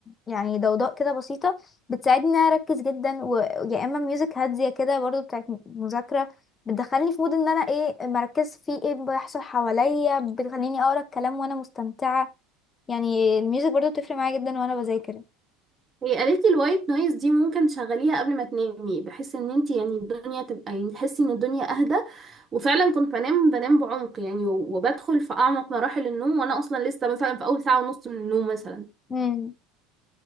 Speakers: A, on the left (about 25°); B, on the right (about 30°).
A: يعني ضوضاء كده بسيطه بتساعدني ان انا اركز جدا ويا اما ميوزك هاديه كده برضو بتاعت مذاكره بتدخلني في مود ان انا ايه مركز في ايه بيحصل حواليا بتخليني اقرا الكلام وانا مستمتعه يعني الميوزك برضو بتفرق معايا جدا وانا بذاكر
B: هي قالت لي الوايت نويز دي ممكن تشغليها قبل ما تنامي بحيث ان انتي يعني الدنيا تبقى يعني تحسي ان الدنيا اهدى وفعلا كنت بنام بنام بعمق يعني و- وبدخل في اعمق مراحل النوم وانا اصلا لسه مثلا في اول ساعة ونص من النوم مثلا
A: امم